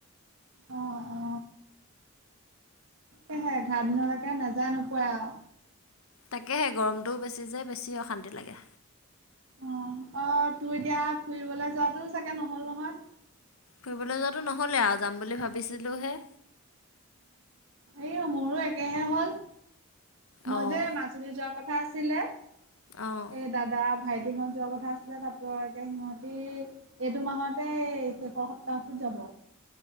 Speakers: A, on the right; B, on the left.
A: অ অ অ তাহে এঘাৰ দিনলৈকে নাযায় নোপোৱাই আও
B: তাকেহে গৰমটোও বেছি যে বেছি অশান্তি লাগে
A: অ অ তোৰ এতিয়া ফুৰিবলৈ যোৱাটো চাগে নহল নহয়
B: ফুৰিবলৈ যোৱাটো নহ'লে আৰু যাম বুলি ভাবিছিলোঁহে
A: এই মোৰো একেহে হ'ল মই
B: অঁ,
A: যে মাজুলী যোৱাৰ কথা আছিলে এ
B: অঁ।
A: দাদা ভাইটিহত যোৱা কথা কথা আছিলে তাৰ এতিয়া সিহঁতি এইটো মাহতে শেষৰ সপ্তাহটোত যাব